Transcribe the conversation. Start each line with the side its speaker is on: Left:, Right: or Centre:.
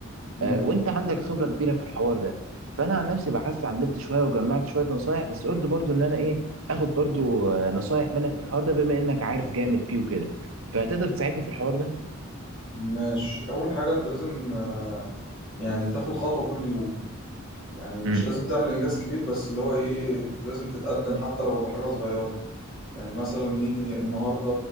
Left: امم
Right: آه، وانت عندك خبرة كبيرة في الحوار ده فانا عن نفسي بحثت عن النت شوية وجمعت شوية نصايح بس قلت برضو ان انا ايه اخد برضو آه، نصايح منك في الحوار ده بما انك عارف جامد فيه وكده فهتقدر تساعدني في الحوار ده
Left: ماشي اول حاجه انت لازم آه، يعني تاخد خطوه كل يوم يعني
Right: امم
Left: مش لازم تعمل انجاز كبير بس اللي هو ايه لازم تتقدم حتى لو بحاجه صغيره يعني مثلا ايه النهارده